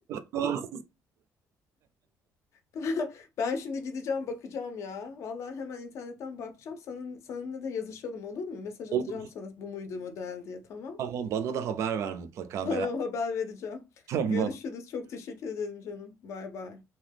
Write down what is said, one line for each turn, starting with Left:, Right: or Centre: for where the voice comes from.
Right: Tamam.
Left: <laughs> Ben şimdi gideceğim bakacağım ya. Vallahi hemen internetten bakacağım. Senin, seninle de yazışalım olur mu? Mesaj
Right: Olur
Left: atacağım sana bu muydu model diye tamam.
Right: tamam bana da haber ver mutlaka
Left: Tamam
Right: merak
Left: haber vereceğim.
Right: etme.
Left: Görüşürüz.
Right: <laughs> Tamam.
Left: Çok teşekkür ederim canım. Bay bay.